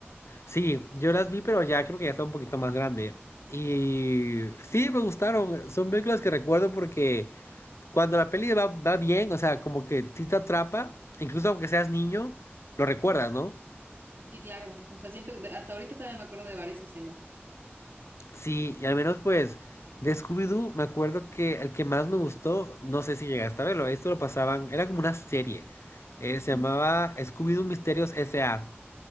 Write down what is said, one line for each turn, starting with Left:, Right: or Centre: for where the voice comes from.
Left: Sí, yo las vi, pero ya creo que ya estaba un poquito más grande. Y sí, me gustaron. Son películas que recuerdo porque cuando la peli va, va bien, o sea, como que sí te atrapa, incluso aunque seas niño, lo recuerdas, ¿no?
Right: Sí, claro. O sea, siento que hasta ahorita todavía me acuerdo de varias escenas.
Left: Sí, y al menos pues de Scooby-Doo me acuerdo que el que más me gustó, no sé si llegaste a verlo, esto lo pasaban, era como una serie, eh, se
Right: Ujú.
Left: llamaba Scooby-Doo Misterios S.A.